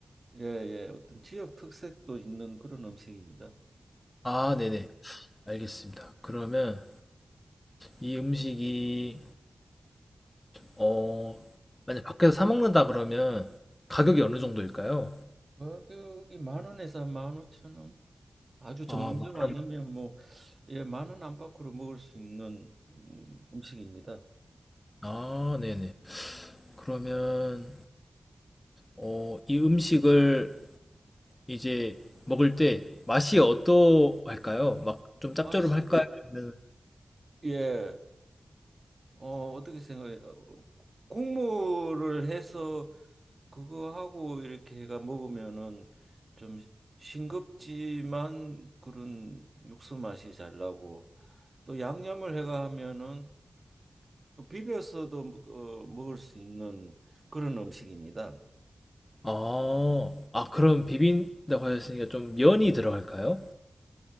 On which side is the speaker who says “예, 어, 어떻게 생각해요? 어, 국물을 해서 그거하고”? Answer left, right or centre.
Right